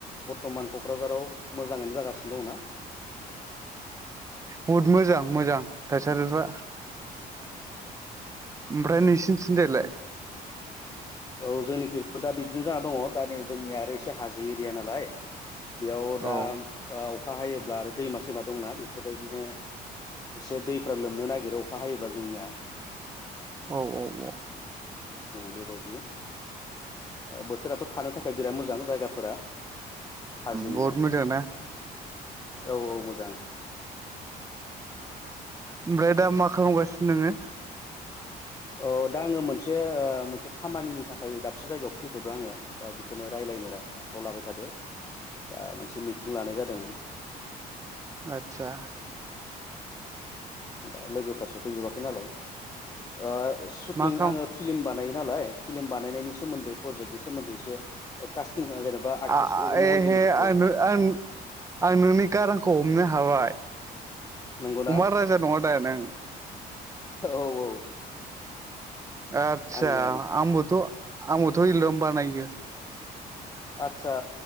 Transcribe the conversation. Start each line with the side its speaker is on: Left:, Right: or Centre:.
Left: बर्थ मान कक्राझाराव मोजाङैनो जागासिनो दंना?
Right: बुहुद मोजां मोजां थासारिफ्रा। ओमफ्राय नोंसिन थिंजाय लाय?
Left: औ जोंनिखिबो दा बिदिनो जाना दङ दा नै जोंनिया आरो एसे हाजो एरिया नालाय बेयाव दा
Right: औ
Left: अखा हायोब्ला आरो दैमा सैमा दंना बेफोरबायदिनो एसे दैफ्रा लोमनो नागिरो अखा हायोब्ला जोंनिया।
Right: औ औ औ।
Left: बेबायदि बोथोराथ थानो थाखाय बिराद मोजां जायगाफोरा। थाजिमनो
Right: बहत मोजां ना?
Left: औ औ मोजां।
Right: ओमफ्राय दा मा खालामगासिनो नोङो?
Left: अ दा आङो मोनसे मोनसे खामानिनि थाखाय दाबसे जायगायाव फैथ दों आङो दा बेखौनो राय्लायनो आखायाव लाबाय थादों। दा मोनसे मिटिं लानाय जादोंमोन।
Right: आतसा
Left: दा लोगोफ्रा सफैजोबाखै नालाय ओ शुटिं
Right: मा खाम
Left: आङो फिलिम बानायायो नालाय सिलिम ओ बानाय नायनि सोमैदै फ्रेजेख नि सोमोनदै एसे जेनेबा आर्टिस्ट
Right: आ आ
Left: महरगिरिफोरखौ
Right: एहे आ आ आं नोंनि गारांखौ हमनो हाबाय।
Left: नंगौना
Right: अमा राजा नङा दा नों? <inaudible>
Left: औ औ।
Right: आतसा
Left: आंनो
Right: आंबोथ आंबोथ इलबाम बानाय यो।
Left: आतसा